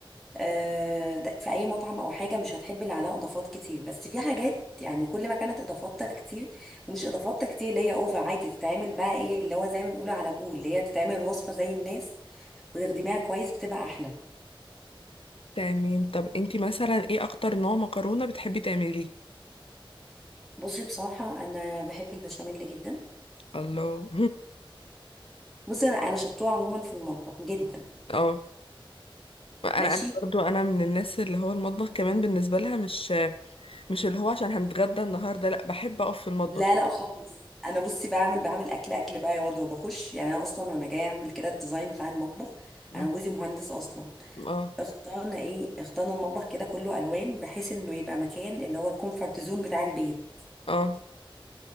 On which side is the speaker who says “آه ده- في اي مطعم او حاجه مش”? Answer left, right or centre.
Centre